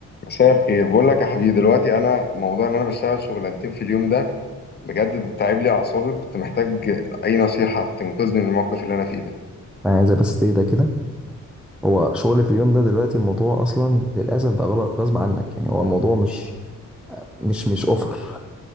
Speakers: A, on the left; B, in the centre.
A: مساء الخير بقول لك يا حبيبي دلوقتي انا موضوع ان انا بشتغل شغلانتين في اليوم ده بجد تعب لي اعصابي كنت محتاج اي نصيحه تنقذني من الموقف اللي انا فيه ده
B: انا عايزه بس تهدى كده هو شغل في اليوم ده دلوقتي الموضوع اصلا للاسف بقى غلط غصب عنك يعني هو الموضوع مش مش مش اوفر